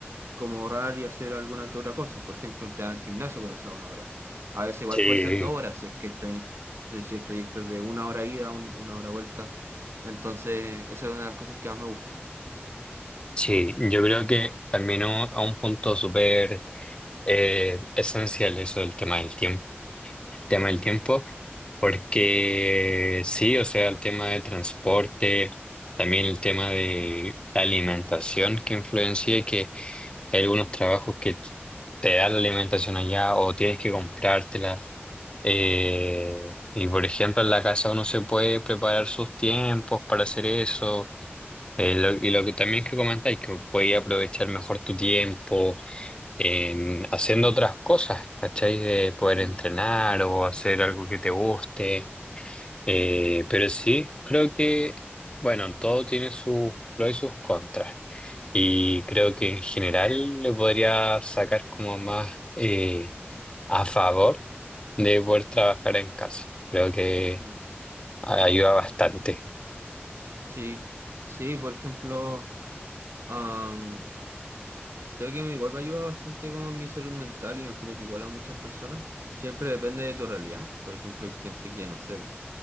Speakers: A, on the right; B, on the left.
A: como ahorrar y hacer alguna que otra cosa. Por ejemplo, entrar al gimnasio con esa una hora. A veces igual
B: Sí,
A: puede ser dos horas, si es que el, trai- si el trayecto es de una hora ida, un- una hora vuelta. Entonces, esa es una de las cosas que más me gusta.
B: sí. Yo creo que también un- a un punto súper eh, esencial eso el tema del tiempo. tema del tiempo, porque sí, o sea, el tema del transporte, también el tema de la alimentación que influencia y que Hay algunos trabajos que t- te dan la alimentación allá o tienes que comprártela. Eh, y por ejemplo, en la casa uno se puede preparar sus tiempos para hacer eso. Eh, lo- y lo que también que comentáis, que puedes aprovechar mejor tu tiempo en haciendo otras cosas, ¿cachai? De poder
A: Mm,
B: entrenar o hacer algo que te guste. Eh, pero sí, creo que, bueno, todo tiene sus pros y sus contras. Y creo que en general le podría sacar como más eh, a favor de poder trabajar en casa. Creo que
A: mm.
B: a- ayuda bastante.
A: Sí, sí, por ejemplo, am, creo que igual me ayuda bastante como en mi salud mental, y me imagino que igual a muchas personas, siempre depende de tu realidad, por ejemplo, hay gente que no sé,